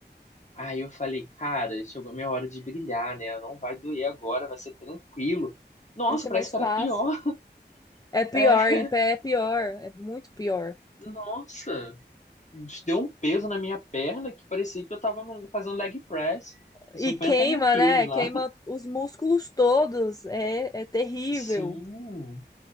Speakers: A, on the left (about 40°); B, on the left (about 20°).
A: Aí eu falei, cara, chegou a minha hora de brilhar, né? Não vai doer agora, vai ser tranquilo. Nossa,
B: vai ser
A: parece
B: mais
A: que
B: fácil.
A: era pior. <laughs>
B: É pior,
A: É,
B: em pé é pior, é muito pior.
A: Nossa, deu um peso na minha perna que parecia que eu tava no- fazendo leg press com
B: E
A: 50
B: queima,
A: mil quilos
B: né?
A: lá.
B: Queima
A: <laughs>
B: os músculos todos. É, é terrível.
A: Sim,